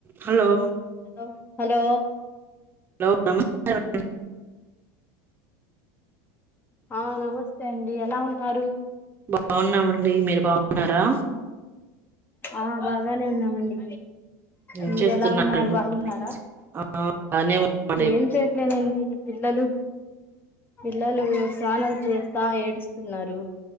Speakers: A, on the right; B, on the left.
A: Hello
B: hello hello
A: నమస్తే అండి
B: ఆ నమస్తే అండి ఎలా ఉన్నారు
A: బాగున్నామండి మీరు బాగున్నారా
B: ఆ బాగానే ఉన్నామండి
A: ఏం
B: మీరెలా
A: చేస్తున్నారండి
B: ఉన్నారు బాగున్నారా
A: ఆ బానే ఉన్నామండి
B: ఏం చేయట్లేదండీ పిల్లలు పిల్లలూ స్నానలు చేస్తా ఏడుస్తున్నారు